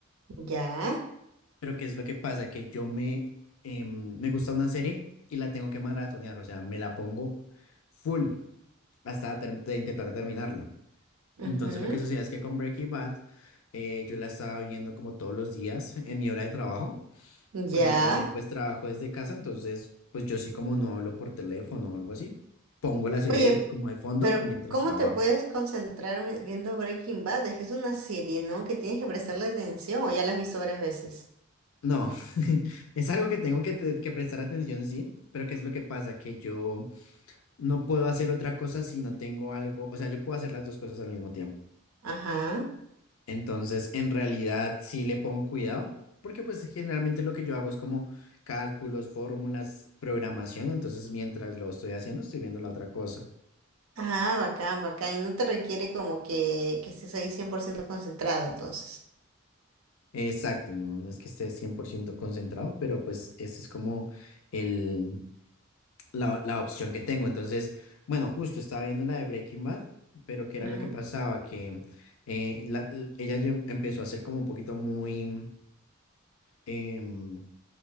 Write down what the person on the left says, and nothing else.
pero ¿qué es lo que pasa? Que yo me, em, me gusta una serie y la tengo que maratonear, o sea, me la pongo full hasta ter- te- intentar terminarla.
Entonces lo que sucede es que con Breaking Bad eh, yo la estaba viendo como todos los días en mi hora de trabajo,
porque yo también pues trabajo desde casa, entonces pues yo sí como no hablo por teléfono o algo así, pongo la serie
como de fondo
mientras
trabajo.
No, <laughs> es algo que tengo que, te- que prestar atención, sí, pero ¿qué es lo que pasa? Que yo no puedo hacer otra cosa si no tengo algo, o sea, yo puedo hacer las dos cosas al mismo tiempo.
Entonces, en realidad, sí le pongo cuidado, porque pues generalmente lo que yo hago es como cálculos, fórmulas, programación, entonces mientras lo estoy haciendo, estoy viendo la otra cosa.
Exacto, no, no es que esté 100% concentrado, pero pues ese es como el, la, la opción que tengo. Entonces, bueno, justo estaba viendo la de Breaking Bad, pero ¿qué era
lo que pasaba? Que eh, la- l- ella lle- empezó a ser como un poquito muy, em,